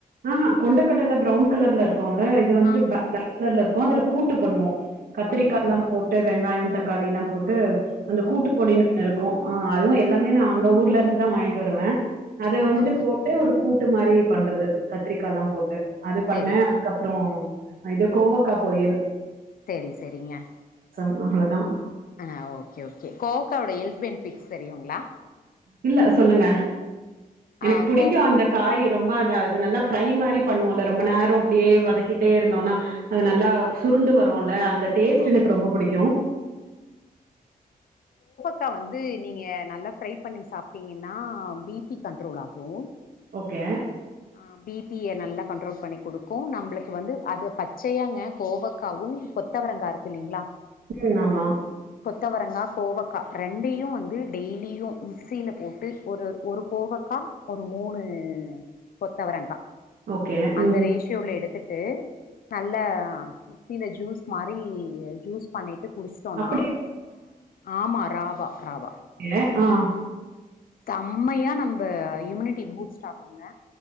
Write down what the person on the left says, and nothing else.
ஆ
ஓ
ஆ
ஆ
ஆ
ஆ
செரி
சரி சரிங்க
ஆ ஓகே ஓகே கோவக்காவோட ஹெல்த் பெனிபிட்ஸ் தெரியுங்களா
ஆ
கோ
ஆமா ஆமா
க்கா வந்து நீங்க நல்லா ஃப்ரை பண்ணி சாப்ட்டீங்கன்னா பி பி கண்ட்ரோல் ஆகும்
ஆஹ் பி பி-ய நல்லா கண்ட்ரோல் பண்ணி குடுக்கு நம்மளுக்கு வந்து அது பச்சையாங்க கோவக்காவு கொத்தவரங்கா இருக்கு இல்லைங்களா
கொத்தவரங்கா கோவக்கா ரெண்டையு வந்து டெய்லியு மிக்சியில போட்டு ஒரு ஒரு கோவக்கா ஒரு மூணு கொத்தவரங்கா
அந்த ரேஷியோல எடுத்து து நல்ல மிக்சில ஜூஸ் மாரி ஜூஸ் பண்ணிட்டு குடிச்சிட்டோனா
ஆமா ராவா ராவா
செம்மையா நம்ம இம்யூனிட்டி பூஸ்ட் ஆகுங்க